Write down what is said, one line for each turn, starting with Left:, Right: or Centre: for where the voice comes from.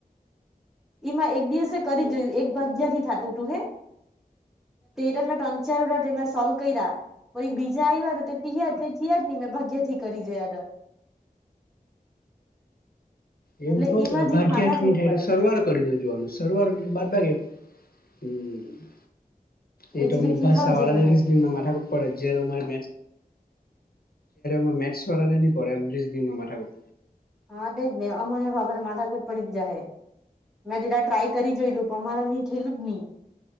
Centre: એમાં એક દિવસે કરી જોયું
Left: ઓકે ઓકે
Centre: એક હજાર થી ટું તું હે તેર મે ત્રનચાર તે સોલ્વ કરીયા કોઈ બીજા આવ્યા હતા તે થીયા જ ને મેં ભાગ્ય થી કરી જોયા હતા
Left: એવું
Centre: એટલે
Left: થોડું
Centre: ઈમાં જીક
Left: ભાગ્યા
Centre: માથાકૂટ
Left: થી ની થાય
Centre: પડે
Left: સરવાળો કરી દેજો જોવાનું સરવાળ બાદબાકી હમ્મ એ
Centre: જ
Left: તોમને
Centre: રીત શીખાવજે
Left: ભાષા વાળા
Centre: મને
Left: રિઝનીગમાં માથાકુટ પડે જય્યારે અમારે વા મેથસ વાળા ને નહી પડે રિઝનીગમાં માથાકુટ
Centre: હા તેજ ને અમને માથાકુદ પડી જ જા હે મેં તે દાળ ટ્રાય કરી જોયેલું પણ અમારે ની થેલું જ નહી.